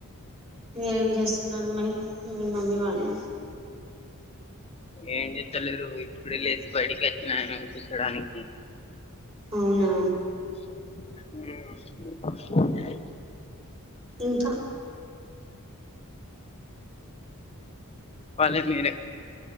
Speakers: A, on the right (about 25°); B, on the left (about 30°).
A: మీరేం చేస్తున్నారు మరి మీ మమ్మీ వాళ్ళు.
B: ఏం జెత్తలేరు ఇప్పుడే లేసి బయిటికి అచ్చినా కూర్చోడాని
A: అవునా
B: <inaudible>
A: ఇంకా
B: చెప్పాలె మీరే